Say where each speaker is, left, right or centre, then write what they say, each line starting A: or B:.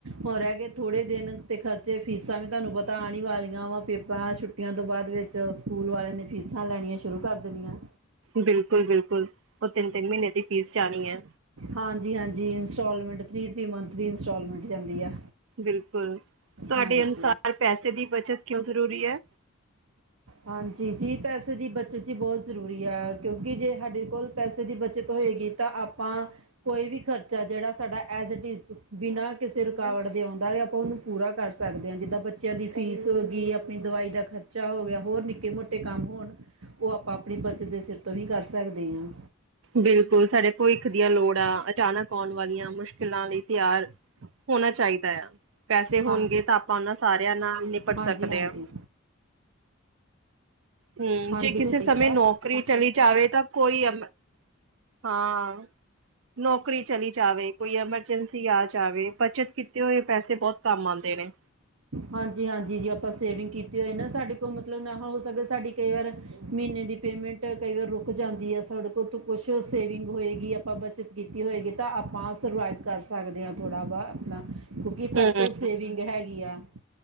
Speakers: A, on the right (about 80°); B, on the right (about 65°).
A: ਹੋਰ ਰਹਿਗੇ ਥੋੜੇ ਦਿਨ ਤੇ ਖਰਚ ਤੇ ਫੀਸਾਂ ਵੀ ਤੁਹਾਨੂੰ ਪਤਾ ਆਣ ਈ ਵਾਲੀਆਂ ਵਾ, ਪੇਪਰਾਂ ਛੁੱਟੀਆਂ ਤੋਂ ਬਾਦ ਵਿੱਚ ਸਕੂਲ ਵਾਲਿਆਂ ਨੇ ਫੀਸਾਂ ਲੈਣੀਆਂ ਸ਼ੁਰੂ ਕਰ ਦੇਨੀ ਐ।
B: ਬਿਲਕੁਲ-ਬਿਲਕੁਲ, ਓ ਤਿੰਨ-ਤਿੰਨ ਮੀਨੇ ਦੀ ਫੀਸ ਜਾਨੀ ਐ।
A: ਹਾਂਜੀ-ਹਾਂਜੀ ਇੰਸਟਾਲਮੈਂਟ, ਥ੍ਰੀ-ਥ੍ਰੀ ਦੀ ਇੰਸਟਾਲਮੈਂਟ ਜਾਂਦੀ ਆ।
B: ਬਿਲਕੁਲ, ਤੁਹਾਡੇ
A: ਹਾਂਜੀ
B: ਅਨੁਸਾਰ ਪੈਸੇ ਦੀ ਬੱਚਤ ਕਿਉਂ ਜ਼ਰੂਰੀ ਐ?
A: ਹਾਂਜੀ, ਜੀ ਪੈਸੇ ਦੀ ਬੱਚਤ ਜੀ ਬੋਤ ਜ਼ਰੂਰੀ ਐ, ਕਿਉਂਕਿ ਜੇ ਸਾਡੇ ਕੋਲ ਪੈਸੇ ਦੀ ਬੱਚਤ ਹੋਏਗੀ ਤਾਂ ਆਪਾਂ ਕੋਈ ਵੀ ਖਰਚਾ ਜੇੜਾ ਸਾਡਾ ਐਜ ਈਟੀਜ਼ ਬਿਨਾਂ ਕਿਸੇ ਰੁਕਾਵਟ ਦੇ ਆਉਂਦਾ ਆ ਆਪਾਂ ਓਨੂੰ ਪੂਰਾ ਕਰ ਸਕਦੇ ਆਂ, ਜਿੱਦਾਂ ਆਪਾ ਬੱਚੇਆਂ ਦੀ ਫੀਸ ਹੋ ਗੀ, ਅਪਨੀ ਦਵਾਈ ਦਾ ਖਰਚਾ ਹੋ ਗਿਆ। ਹੋਰ ਨਿੱਕੇ ਮੋਟੇ ਕੰਮ ਹੋਨ, ਓ ਆਪਾਂ ਅਪਨੀ ਬੱਚਤ ਦੇ ਸਿਰ ਤੋਂ ਹੀ ਕਰ ਸਕਦੇ ਆਂ।
B: ਬਿਲਕੁਲ ਸਾਡੇ ਭਵਿੱਖ ਦੀਆਂ ਲੋੜਾਂ, ਅਚਾਨਕ ਆਉਣ ਵਾਲੀਆਂ ਮੁਸ਼ਕਿਲਾਂ ਲਈ ਤਿਆਰ ਹੋਨਾ ਚਾਈਦਾ ਆ। ਪੈਸੇ
A: ਹਾਂ
B: ਹੋਨਗੇ ਤਾਂ ਆਪਾਂ ਓਨਾਂ ਸਾਰਿਆਂ ਨਾਲ ਨਿਪਟ
A: ਹਾਂਜੀ
B: ਸਕਦੇ
A: ਹਾਂਜੀ
B: ਆਂ। ਹੂੰ,
A: ਹਾਂਜੀ
B: ਜੇ
A: ਬਿਲਕੁਲ
B: ਕਿਸੇ
A: ਸਹੀ ਕੀਤਾ
B: ਸਮੇ ਨੌਕਰੀ ਚਲੀ ਜਾਵੇ ਤਾਂ ਕੋਈ ਅਮ ਹਾਂ, ਨੌਕਰੀ ਚਲੀ ਜਾਵੇ, ਕੋਈ ਐਮਰਜੈਂਸੀ ਆ ਜਾਵੇ ਬੱਚਤ ਕੀਤੇ ਹੋਏ ਪੈਸੇ ਬੋਤ ਕੰਮ ਆਂਦੇ ਨੇ।
A: ਹਾਂਜੀ-ਹਾਂਜੀ ਜੇ ਆਪਾਂ ਸੇਵਿੰਗ ਕੀਤੀ ਹੋਏ ਨਾ, ਸਾਡੇ ਕੋਲ ਮਤਲਬ ਨਾ ਹੋ ਸਕੇ ਸਾਡੀ ਕਈ ਵਾਰ ਮੀਨੇ ਦੀ ਪੇਮੈਂਟ ਕਈ ਵਾਰ ਰੁਕ ਜਾਂਦੀ ਆ, ਸਾਡੇ ਕੋਲ ਕੁਛ ਸੇਵਿੰਗ ਹੋਏਗੀ ਆਪਾਂ ਬੱਚਤ ਕੀਤੀ ਹੋਏਗੀ ਤਾਂ, ਆਪਾਂ ਸਰਵਾਈਵ ਕਰ ਸਕਦੇ ਆਂ ਥੋੜ੍ਹਾ ਬਹ ਅਪਨਾ। ਕਿਉਂਕਿ ਸਾਡੇ
B: ਹੂੰ,
A: ਕੋਲ ਸੇਵਿੰਗ ਹੈਗੀ ਆ।